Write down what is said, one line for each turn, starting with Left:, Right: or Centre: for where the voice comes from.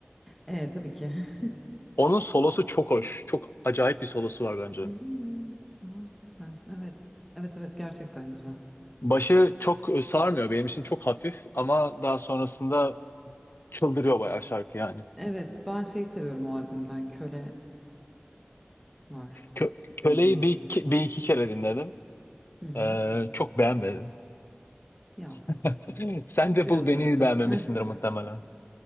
Centre: E, tabii ki. <laughs>
Left: Onun solosu çok hoş. Çok acayip bir solosu var bence.
Centre: Evimi çalmak ister misin? Evet. Evet evet gerçekten güzel.
Left: Başı çok e, sarmıyor. Benim için çok hafif ama daha sonrasında çıldırıyor bayağı şarkı yani.
Centre: Evet ben şeyi seviyorum o albümden. Köle var.
Left: Kö- Köle'yi
Centre: Duydun mu?
Left: bir iki, bir iki kere dinledim.
Centre: Hı hı.
Left: Ee, çok beğenmedim.
Centre: Ya
Left: <laughs> Sen de
Centre: biraz
Left: bul beni
Centre: üzdü.
Left: beğenmemişsindir
Centre: Eh.
Left: muhtemelen.